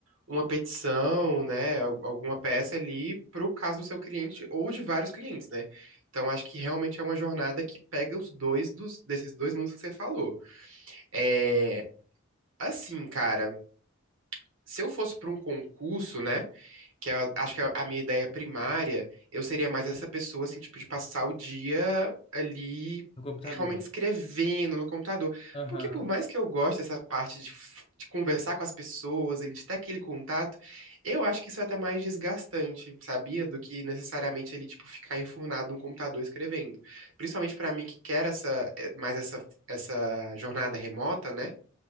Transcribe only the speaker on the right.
uma petição, né, al- alguma peça ali pro caso do seu cliente ou de vários clientes, né? Então acho que realmente é uma jornada que pega os dois dos, desses dois mundos que você falou. É, assim, cara, se eu fosse para um concurso, né, que é- acho que é a minha ideia primária, eu seria mais essa pessoa, assim, tipo, de passar o dia ali
realmente escrevendo no computador.
Porque por mais que eu goste dessa parte de, f- de conversar com as pessoas, ele de ter aquele contato, eu acho que isso é até mais desgastante, sabia? Do que necessariamente ele tipo, ficar enfurnado num computador escrevendo. Principalmente para mim que quer essa, eh, mais essa, essa jornada remota, né?